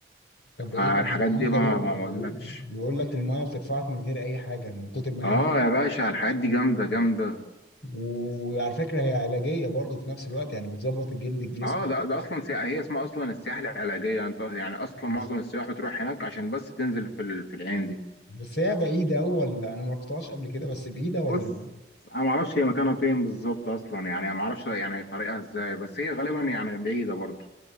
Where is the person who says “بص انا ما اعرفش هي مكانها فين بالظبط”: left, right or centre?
Left